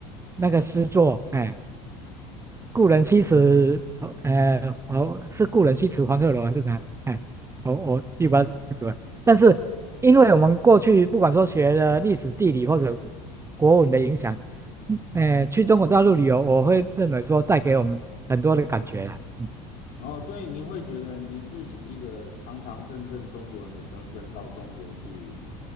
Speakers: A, on the right; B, on the left.
A: 那个诗作，哎、故人西辞，呃，我是故人西辞黄鹤楼还是哪？哎，我我记不太清楚了。但是因为我们过去不管说学了历史、地理或者国文的影响，嗯呃，去中国大陆旅游，我会认为说带给我们很多的感觉啦。嗯
B: 然后，所以您会觉得您是以一个堂堂正正中国人的身份到中国去，